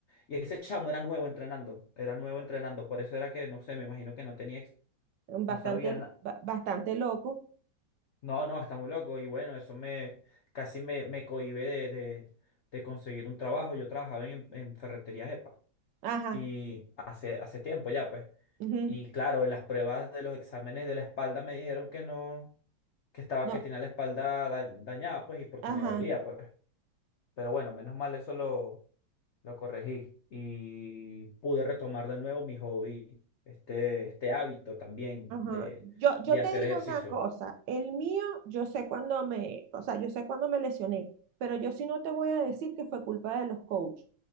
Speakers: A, on the left; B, on the right.
A: Y ese chamo era nuevo entrenando, era nuevo entrenando, por eso era que, no sé, me imagino que no tenía, ex- no
B: Bastante,
A: sabía nada.
B: ba- bastante loco.
A: No, no, está muy loco y bueno, eso me, casi me, me cohíbe de, de, de conseguir un trabajo. Yo trabajaba en, en ferretería
B: Ajá,
A: y hace, hace tiempo ya, pues.
B: ujú,
A: Y claro, en las pruebas de los exámenes de la espalda me dijeron que no, que estaba,
B: No,
A: que tenía la espalda da- dañada, pues, y porque
B: ajá.
A: me dolía, pues. Pero bueno, menos mal eso lo, lo corregí y pude retomar de nuevo mi hobby, este, este hábito también
B: Ajá.
A: de,
B: Yo, yo
A: de hacer
B: te digo
A: ejercicio.
B: una cosa, el mío, yo sé cuándo me, o sea, yo sé cuándo me lesioné, pero yo sí no te voy a decir que fue culpa de los coaches.